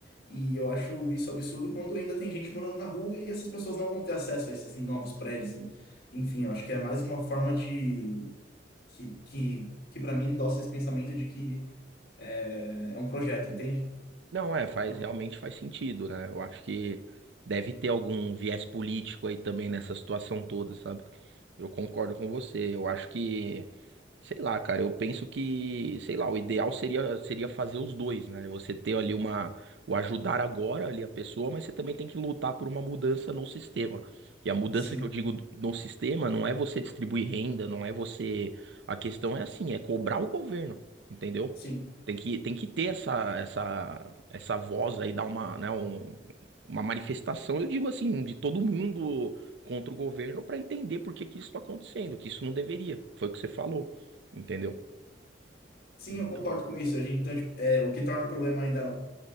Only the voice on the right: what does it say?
Não, é, faz,
realmente faz sentido, né? Eu acho que deve ter algum viés político aí também nessa situação toda, sabe? Eu concordo com você. Eu acho que, sei lá, cara, eu penso que, sei lá, o ideal seria seria fazer os dois, né? Você ter ali uma, o ajudar agora ali a pessoa, mas você também tem que lutar por uma mudança no sistema. E a mudança
que eu digo no sistema não é você distribuir renda, não é você. A questão é assim, é cobrar o governo, entendeu?
Tem que, tem que ter essa, essa, essa voz aí, dar uma, né, um- uma manifestação, eu digo assim, de todo mundo contra o governo para entender por que que isso está acontecendo, que isso não deveria. Foi o que você falou, entendeu?
Então,